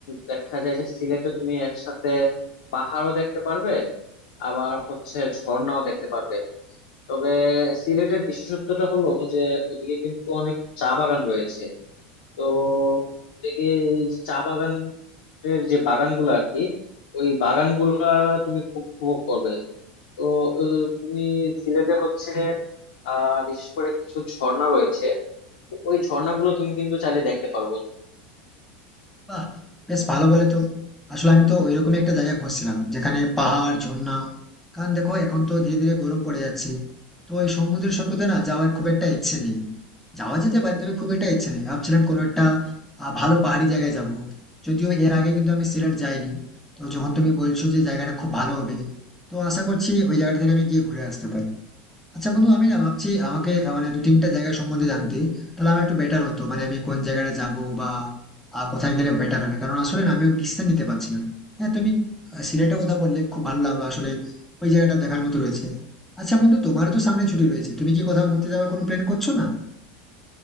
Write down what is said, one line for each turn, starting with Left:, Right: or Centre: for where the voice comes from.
Left: দেখা যায় যে সিলেটে তুমি একসাথে পাহাড়ও দেখতে পারবে আবার হচ্ছে ঝর্ণাও দেখতে পারবে তবে সিলেটের বিশেষত্বটা হলো যে ওদিকে কিন্তু অনেক চা বাগান রয়েছে তো ওদিকে যে চা বাগানের যে বাগানগুলো আর কি ওই বাগানগুলা তুমি খুব উপভোগ করবে তো আহ, তুমি সিলেটে হচ্ছে আহ বিশেষ করে কিছু ঝর্ণা রয়েছে ওই ঝর্ণাগুলো তুমি কিন্তু চাইলে দেখতে পারো বন্ধু
Centre: বাহ! বেশ ভালো বলে তো আসলে আমি তো ওইরকমই একটা জায়গা খুঁজছিলাম যেখানে পাহাড় ঝর্ণা কারণ দেখো এখন তো ধীরে ধীরে গরম পড়ে যাচ্ছে তো ওই সমুদ্র সৈকতে না যাওয়ার খুব একটা ইচ্ছে নেই যাওয়া যেতে পারে তবে খুব একটা ইচ্ছে নেই ভাবছিলাম কোনো একটা আহ, ভালো পাহাড়ি জায়গায় যাব যদিও এর আগে কিন্তু আমি সিলেট যাইনি তো যখন তুমি বলছো যে জায়গাটা খুব ভালো হবে তো আশা করছি ওই জায়গাটা থেকে আমি গিয়ে ঘুরে আসতে পারি আচ্ছা বন্ধু আমি না ভাবছি আমাকে আহ, মানে দু তিনটা জায়গা সম্বন্ধে জানতে তাহলে আমার একটু বেটার হতো মানে আমি কোন জায়গাটা যাব বা আহ, কোথায় গেলে বেটার হবে কারণ আসলে না আমি ডিসিশন নিতে পারছি না হ্যাঁ তুমি আহ, সিলেটের কথা বললে খুব ভালো লাগলো আসলে ওই জায়গাটা দেখার মতো রয়েছে আচ্ছা বন্ধু তোমারও তো সামনে ছুটি রয়েছে তুমি কি কোথাও ঘুরতে যাওয়ার কোনো প্ল্যান করছো না